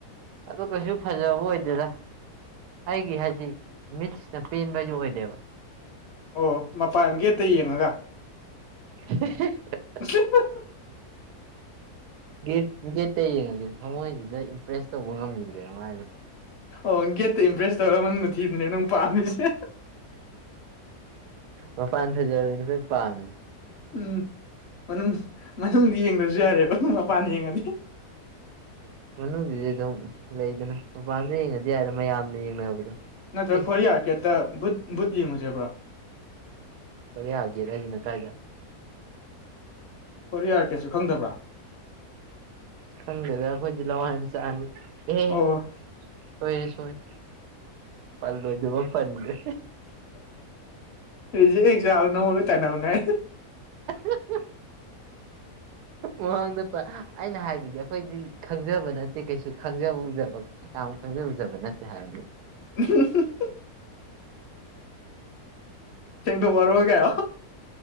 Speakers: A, on the right (about 85°); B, on the left (about 60°).
A: ꯑꯗꯨ ꯀꯩꯁꯨ ꯐꯖꯕ ꯑꯣꯏꯗꯣꯏꯗꯦ ꯑꯩꯒꯤ ꯍꯥꯏꯗꯤ ꯃꯤꯠꯁꯤꯅ ꯄꯦꯟꯕ ꯍꯥꯢꯗꯨ ꯑꯣꯏꯗꯦꯕ
B: ꯑꯣ ꯃꯄꯥꯟ ꯒꯦꯠꯇ ꯌꯦꯡꯉꯒ
A: <unintelligible>
B: <unintelligible>
A: <inaudible> ꯒꯦꯠꯇꯩ ꯌꯦꯡꯉꯁꯨ ꯊꯃꯣꯏꯁꯤꯗ ꯏꯝꯄ꯭ꯔꯦꯁ ꯇꯧꯕ ꯉꯝꯈꯤꯗ꯭ꯔꯦꯕ ꯃꯥꯥꯏꯗꯨ
B: ꯑꯣ ꯒꯦꯠꯇ ꯏꯝꯄ꯭ꯔꯦꯁ ꯇꯧꯔ ꯃꯅꯨꯡꯗ ꯊꯤꯕꯅꯦ ꯅꯪ ꯄꯥꯝꯃꯤꯁꯦ
A: ꯃꯄꯥꯟ ꯐꯖꯕꯗꯨꯅꯤ ꯑꯈꯣꯢ ꯄꯥꯝꯃꯤ
B: ꯎꯝ ꯃꯅꯨꯡ ꯃꯅꯨꯡꯗꯤ ꯌꯦꯡꯗ꯭ꯔꯁꯨ ꯌꯥꯔꯦꯕ ꯃꯄꯥꯟ ꯌꯦꯡꯉꯗꯤ
A: ꯃꯅꯨꯡꯗꯨꯗꯤ ꯑꯗꯨꯝ ꯂꯩꯗꯅ ꯃꯄꯥꯟꯗ ꯌꯦꯡꯉꯗꯤ ꯌꯥꯔꯦ ꯃꯌꯥꯝꯅ ꯌꯦꯡꯅꯕꯗꯣ
B: ꯅꯠꯇ꯭ꯔ
A: ꯏꯁ
B: ꯈꯣꯔꯤꯌꯤ ꯒꯦꯠꯇ ꯕꯨꯠ ꯕꯨꯠ ꯌꯦꯡꯉꯨꯁꯦꯕ꯭ꯔꯣ
A: ꯀꯣꯔꯤꯌꯥ ꯒꯦꯠ ꯍꯥꯢꯁꯤꯅ ꯀꯥꯏꯗ
B: ꯀꯣꯔꯤꯌꯥ ꯒꯦꯠꯁꯨ ꯈꯪꯗꯕ꯭ꯔꯥ
A: ꯈꯪꯗꯦꯗ ꯑꯩꯈꯣꯏꯗꯤ ꯂꯥꯋꯥꯢ ꯃꯆꯥꯅꯤ ꯑꯦ
B: ꯑꯣ
A: ꯁꯣꯏꯔꯦ ꯁꯣꯏꯔꯦ ꯄꯜꯂꯣꯢꯗꯕ ꯑꯃ ꯄꯟꯒ꯭ꯔꯦ
B: ꯔꯤꯖꯦꯛ ꯍꯦꯛ ꯆꯥꯕꯗ ꯅꯪꯉꯣꯟꯗ ꯂꯣꯢꯅ ꯇꯥꯢꯅꯕꯅꯤ
A: <unintelligible> ꯃꯃꯥꯡꯗ ꯑꯩꯅ ꯍꯥꯏꯕꯗꯤ ꯑꯩꯈꯣꯏꯗꯤ ꯈꯪꯖꯕ ꯅꯠꯇꯦ ꯀꯩꯁꯨ ꯈꯪꯖꯕ ꯎꯖꯕ ꯌꯥꯝ ꯈꯪꯖ ꯎꯖꯕ ꯅꯠꯇꯦ ꯍꯥꯏꯕꯅꯤ
B: <unintelligible> ꯁꯦꯡꯗꯣꯛꯑꯔꯣꯏ ꯀꯥꯏꯌꯣ